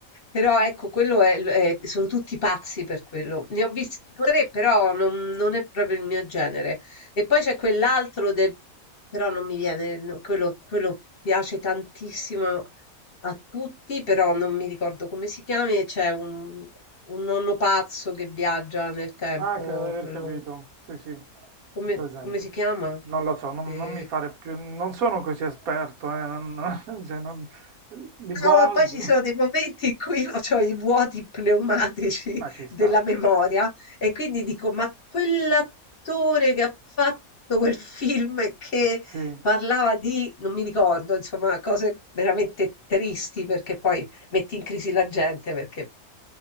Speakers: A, on the left; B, on the right.
A: però ecco, quello è, è- sono tutti pazzi per quello. Ne ho visti due o tre, però non, non è proprio il mio genere. E poi c'è quell'altro del, però non mi viene, no, quello, quello piace tantissimo a tutti, però non mi ricordo come si chiami, c'è un, un nonno pazzo che viaggia nel tempo,
B: Ah, credo di aver
A: quello...
B: capito. Sì, sì, ho
A: Come
B: presente.
A: come si chiama?
B: Non lo so, non,
A: Ehm
B: non mi fare più, non sono così esperto, eh, non, <laughs> cioè, non- li guardo,
A: No, ma poi ci sono dei momenti in cui io c'ho i vuoti pneumatici
B: ma ci sta.
A: della memoria e quindi dico: "Ma quell'attore che ha fatto quel film che
B: Sì.
A: parlava di" non mi ricordo, insomma, cose veramente tristi perché poi metti in crisi la gente perché